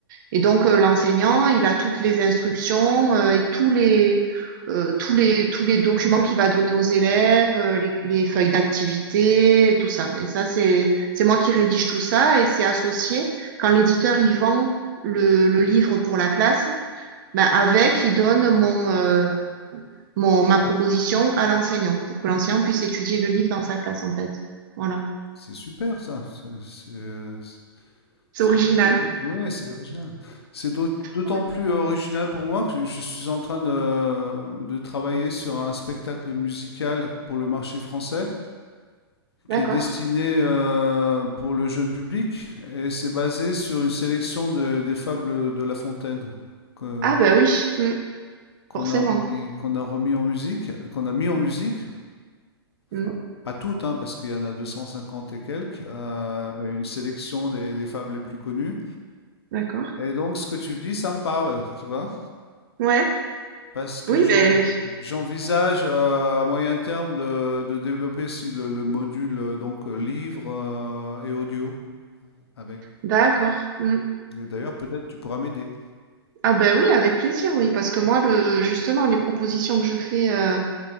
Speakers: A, on the right; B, on the left.
A: Et donc, euh, l'enseignant, il a toutes les instructions euh, et tous les, euh, tous les, tous les documents qu'il va donner aux élèves, euh, les, les feuilles d'activité, et tout ça. Et ça, c'est, c'est moi qui rédige tout ça et c'est associé. Quand l'éditeur, il vend le, le livre pour la classe, ben avec, il donne mon, euh, mon, ma proposition à l'enseignant pour que l'enseignant puisse étudier le livre dans sa classe, en fait. Voilà.
B: C'est super ça, c'est c'est,
A: C'est
B: c'est
A: original.
B: étonnant. Ouais, c'est original. C'est d'aut d'autant
A: Ouais.
B: plus original pour moi que je suis en train de de travailler sur un spectacle musical pour le marché français qui
A: D'accord.
B: est destiné, heu, pour le jeune public et c'est basé sur une sélection de des fables de La Fontaine que
A: Ah bah oui, mm,
B: qu'on
A: forcément.
B: a remis qu'on a remis en musique, qu'on a mis en musique.
A: Mm,
B: Enfin, pas toutes, hein, parce qu'il y en a 250 et quelques, euh, mais une sélection des, des fables les plus connues.
A: D'accord.
B: Et donc, ce que tu me dis, ça me parle, tu vois,
A: Ouais.
B: parce que
A: Oui,
B: j'en-
A: ben
B: j'envisage euh, à moyen terme de, de développer aussi le, le module euh, donc euh, livre euh, et audio avec.
A: d'accord. Mm.
B: Et d'ailleurs, peut-être tu pourras m'aider.
A: Ah bah oui, avec plaisir, oui, parce que moi, le, justement, les propositions que je fais euh,